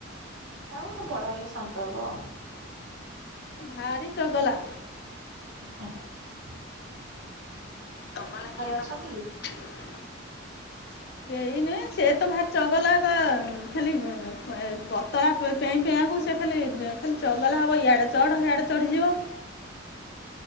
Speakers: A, on the right; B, on the left.
A: ହଁ ହଁ ବଡ ହେଲେ ଶାନ୍ତ ହବ।
B: ଭାରି ଚଗଲା।
A: ହ ହ। <unintelligible>
B: ଚଗଲା କିଏ
A: ଅଛନ୍ତି
B: ତମ ଘରେ
A: କି?
B: ଅଛନ୍ତି? କେହି ନୁହେଁ ସେ ତ ଭାରି ଚଗଲା ଟା ଖାଲି ପତଳା ପେଇଁ ପେଇଁଆକୁ ସେ ଖାଲି ଖାଲି ଚଗଲା ହେବ ଇଆଡ଼େ ଚଢ଼ ସିଆଡ଼େ ଚଢ଼ିଯିବ।